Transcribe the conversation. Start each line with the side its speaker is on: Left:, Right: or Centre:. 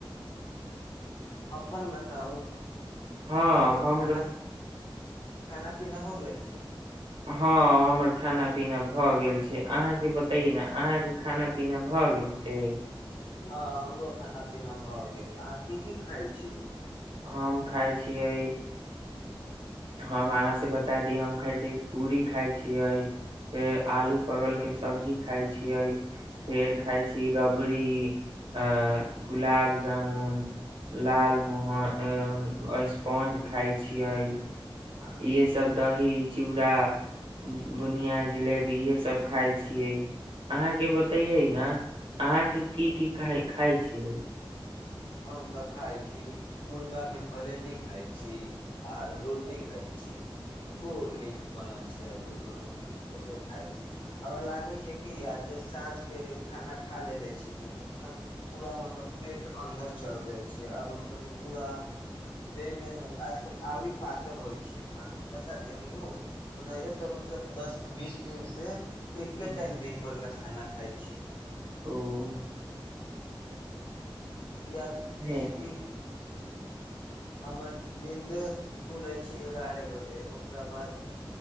Left: अपन बताउ अहाँके
Right: हाँ हमरो
Left: खाना खाना पीना हो गेल छै
Right: हाँ हमर खाना पीना भ गेल भगेल छै अहाँ केँ बताइये न अहाँ केँ खाना पीना भ गेल छैक
Left: हँ हमरो खाना पीना भऽ गेल अहाँ की की खाईत छी
Right: हम खाई छियैक हम अहाँ से बता दी हम खाई छी पूरी खाय छियै फेर आलू परबल केँ सब्जी खाय छियैक फेर खाउ छी राबड़ी आ गुलाब जामुन लाल मोहन स्पॉंज खाय छियैक इहे सब दही चूड़ा बुनिया जिलेबी इहे सब खाय छियै अहाँ के बतैयै ने अहाँ के की की खाइ खाय छियै
Left: हम तऽ खाय छी मुर्गा के कलेजी खाय छी आ रोटी खाय छी खूब नीक बनल छै आ ओ खाई छी हमरा लागै छै कि आ जो साँझ के खाना खा लेे छी ने पूरा मतलब पेट अन्दर चलि गेल छै आ मतलब कि पूरा देह मे नु आजकल आवरी पातर होइ छै हमरा अहाँके पता छै हम म नहि तऽ मतलब दस बीस दिन से एके
Right: हम्म,
Left: टाइम दिन भरमे खाना खाई छी
Right: ओ
Left: या
Right: हे
Left: जैसे कि हमर नींद खुलै छी एगारह बजे ओकरा बाद